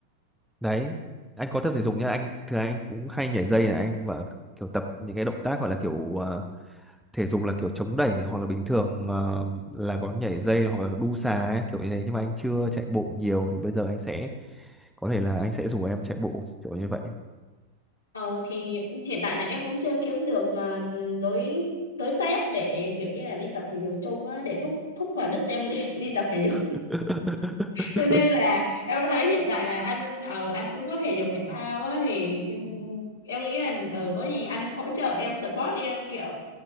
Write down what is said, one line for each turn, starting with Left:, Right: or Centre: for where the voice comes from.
Centre: đấy anh có tập thể dục nhá anh thường anh cũng hay nhảy dây này anh và kiểu tập những cái động tác gọi là kiểu ờ, thể dục là kiểu chống đẩy hoặc là bình thường ờ, là có nhảy dây hoặc là đu xà ấy, kiểu như thế nhưng mà anh chưa chạy bộ nhiều thì bây giờ anh sẽ có thể là anh sẽ rủ em chạy bộ kiểu như vậy
Left: Ồ thì hiện tại là em cũng chưa kiếm được ờ, đối đối tác để kiểu như là đi tập thể dục chung á để thúc thúc vào đích em đi <laughs> đi tập thể dục.
Centre: <laughs>
Left: Cho nên là em thấy hiện tại là anh ở anh cũng có thể dục thể thao á thì ừm, em nghĩ là ừ, có gì anh hỗ trợ em support em kiểu